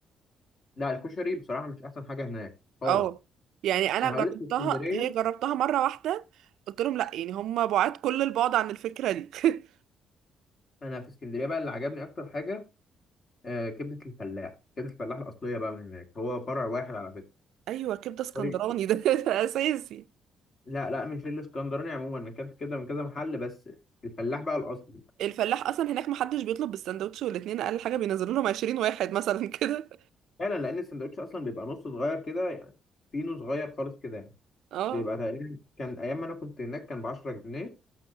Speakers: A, on the left; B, on the right.
A: لا الكشري بصراحة مش أحسن حاجة هناك خالص
B: اه يعني أنا
A: أنا
B: جربتها
A: هقول لك في اسكندرية
B: هي جربتها مرة واحدة قلت لهم لا يعني هم بعاد كل البعد عن الفكرة دي <laughs>
A: أنا في اسكندرية بقى اللي عجبني أكتر حاجة آه كبدة الفلاح كبدة الفلاح الأصلية بقى من هناك هو فرع واحد على فكرة
B: أيوة كبدة اسكندراني
A: فرع-
B: ده <laughs> ده أساسي
A: لا لا مش الاسكندراني عموما أنا أكلت كده من كذا محل بس الفلاح بقى الأصلي
B: الفلاح اصلا هناك محدش بيطلب بالسندوتش والاتنين اقل حاجه بينزلوا لهم 20 واحد مثلا <laughs> كده
A: فعلا لان السندوتش اصلا بيبقى نص صغير كده يعني فينو صغير خالص كده يعني
B: اه
A: بيبقى تقريبا كان ايام ما انا كنت هناك كان ب 10 جنيه